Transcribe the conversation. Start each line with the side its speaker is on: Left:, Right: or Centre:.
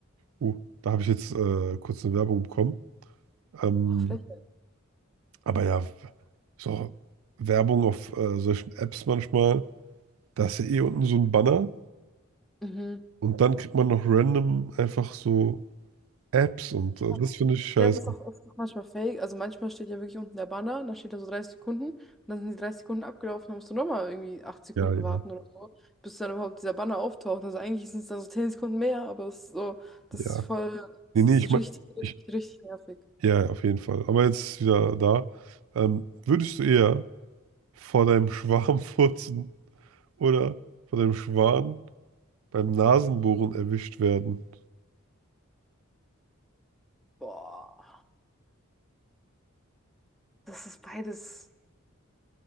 Right: oh, da habe ich jetzt äh, kurz eine Werbung bekommen. Ähm,
Centre: Ach, Frechheit.
Right: aber ja, so Werbung auf äh, solchen Apps manchmal, da ist ja eh unten so ein Banner
Centre: Mhm.
Right: und dann kriegt man noch random einfach so Apps und
Centre: Ich
Right: äh,
Centre: mein,
Right: das finde ich scheiße.
Centre: ja, es ist auch oft noch manchmal fake. Also manchmal steht ja wirklich unten der Banner, dann steht da so 30 Sekunden und dann sind die 30 Sekunden abgelaufen, dann musst du nochmal irgendwie acht Sekunden
Right: Ja, ja,
Centre: warten oder so, bis dann überhaupt dieser Banner auftaucht. Also eigentlich sind es da so 10 Sekunden mehr, aber es ist so, das
Right: ja.
Centre: ist voll, das
Right: Nee, nee,
Centre: ist
Right: ich meine,
Centre: richtig, richtig,
Right: ich,
Centre: richtig nervig.
Right: ja, ja, auf jeden Fall. Aber jetzt wieder da. Ähm, würdest du eher vor deinem Schwarm <laughs> furzen oder vor deinem Schwan beim Nasenbohren erwischt werden?
Centre: Boah. Das ist beides.